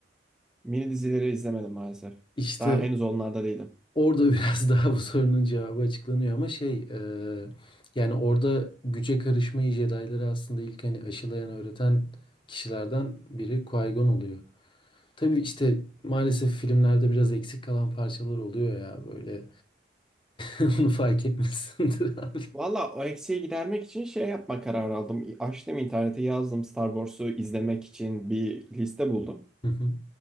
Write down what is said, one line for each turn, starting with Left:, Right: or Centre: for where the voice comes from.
Centre: Mini dizileri izlemedim maalesef.
Left: İşte
Centre: Daha henüz onlarda değilim.
Left: orada <laughs> biraz daha bu sorunun cevabı açıklanıyor ama şey e, yani orada güce karışmayı Jedi'ları aslında ilk hani aşılayan öğreten kişilerden biri Qui-Gon oluyor. Tabii işte maalesef filmlerde biraz eksik kalan parçalar oluyor ya böyle <laughs> Onu fark etmişsindir <laughs> abi.
Centre: Valla o eksiği gidermek için şey yapma kararı aldım. Açtım internete yazdım Star Wars'u izlemek için bir liste buldum.
Left: Hı hı.